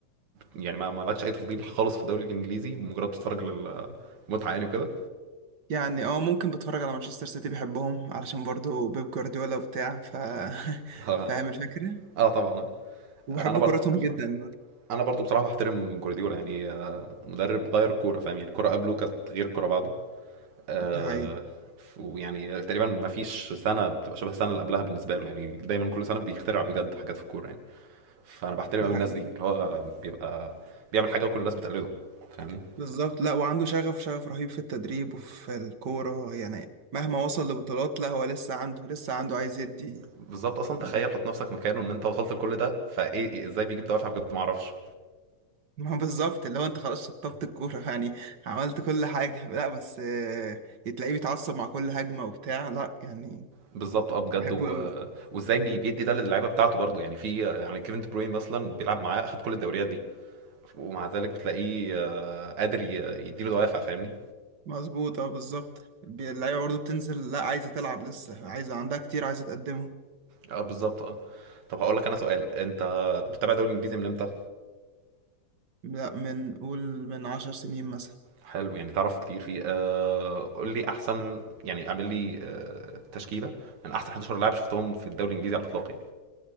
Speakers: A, on the right; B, on the right.
A: يعني ما مالكش اي تفضيل خالص في الدوري الانجليزي بمجرد بتتفرج للمتعه يعني وكده
B: يعني اه ممكن بتفرج على مانشستر سيتي بحبهم علشان برضو بيب جوارديولا بتاع ف <laughs>
A: <laughs>
B: فاهم الفكرة
A: اه طبعا
B: وبحب
A: انا برضو
B: كورتهم
A: بصراحه
B: جدا برضو.
A: انا برضو بصراحه بحترم جوارديولا يعني آه، مدرب غير كوره فاهم يعني الكوره قبله كانت غير الكوره بعده آه،
B: دي حقيقة
A: ويعني تقريبا ما فيش سنه بتبقى شبه السنه اللي قبلها بالنسبه له يعني دايما كل سنه بيخترع بجد حاجات في الكوره يعني فانا بحترم
B: دي
A: قوي
B: حقيقة
A: الناس دي اللي هو بيبقى بيعمل حاجه وكل الناس بتقلده فاهمني
B: بالظبط لا وعنده شغف شغف رهيب في التدريب وفي الكورة يعني مهما وصل لبطولات لا هو لسه عنده لسه عنده عايز يدي
A: بالظبط اصلا
B: فلا
A: تخيل حط نفسك مكانه ان انت وصلت لكل ده فايه ازاي بيجيب دوافع بجد ما اعرفش
B: <laughs> ما هو بالظبط اللي هو انت خلاص شطبت الكورة يعني عملت كل حاجة لا بس آه، تلاقيه بيتعصب مع كل هجمة وبتاع لا يعني
A: بالظبط اه بجد
B: بحبه
A: و...
B: قوي
A: وازاي بي- بيدي ده للعيبه بتاعته برضه يعني في يعني كيفن دي بروين مثلا بيلعب معاه اخد كل الدوريات دي ومع ذلك بتلاقيه آه، قادر ي- يديله دوافع فاهمني
B: مظبوط اه بالظبط بي- اللعيبه برضه بتنزل لا عايزه تلعب لسه عايزه عندها كتير عايزه تقدمه
A: اه بالظبط اه طب هقول لك انا سؤال انت بتتابع الدوري الانجليزي من امتى
B: لا من قول من عشر سنين مثلا
A: حلو يعني تعرف كتير فيه آه قول لي احسن يعني اعمل لي آه تشكيله من احسن 11 لاعب شفتهم في الدوري الانجليزي على الاطلاق يعني